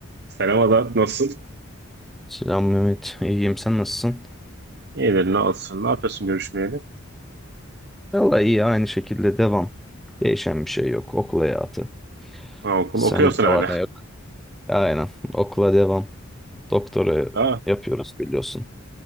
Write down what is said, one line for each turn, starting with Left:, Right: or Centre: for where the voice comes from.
Right: Selam Ada, nasılsın?
Centre: Selam Mehmet. İyiyim. Sen nasılsın?
Right: İyidir, ne olsun? Ne yapıyorsun görüşmeyeli?
Centre: Vallahi iyi. Aynı şekilde devam. Değişen bir şey yok. Okul hayatı.
Right: Ha, okul
Centre: Sende
Right: okuyorsun
Centre: ne
Right: hala.
Centre: var ne yok? Aynen. Okula devam. Doktora
Right: Ha,
Centre: yapıyoruz biliyorsun.